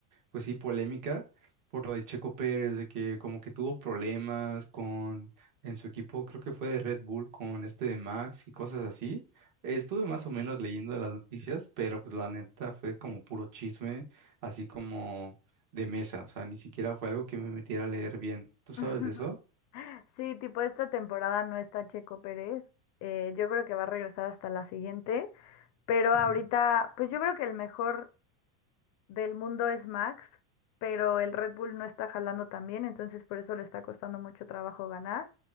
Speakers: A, on the right (about 45°); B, on the left (about 40°).
A: pues sí, polémica por lo de Checo Pérez, de que como que tuvo problemas con en su equipo, creo que fue de Red Bull con este de Max y cosas así. Estuve más o menos leyendo las noticias, pero pues la neta fue como puro chisme, así como de mesa, o sea, ni siquiera fue algo que me metiera a leer bien. ¿Tú sabes
B: <laughs>
A: de eso?
B: Sí, tipo esta temporada no está Checo Pérez. eh, yo creo que va a regresar hasta la siguiente. Pero
A: Ujú,
B: ahorita, pues yo creo que el mejor del mundo es Max, pero el Red Bull no está jalando tan bien, entonces por eso le está costando mucho trabajo ganar.